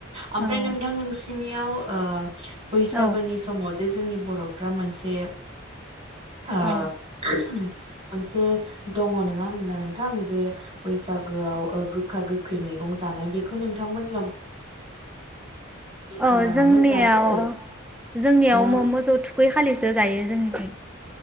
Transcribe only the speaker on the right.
ओमफ्राय
नोंथां नोंसि नियाव ओ। बैसागोनि
समाव जे जोंनि। बर'फ्रा मोनसे। ओ
<unintelligible> मोनसे दङ नङा होमब्ला नोंथां जे बैसागोआव ओ गोखा गोखै मैगं जानाय बेखौ नोंथांमोननि।
खालारावनो
जायो
ना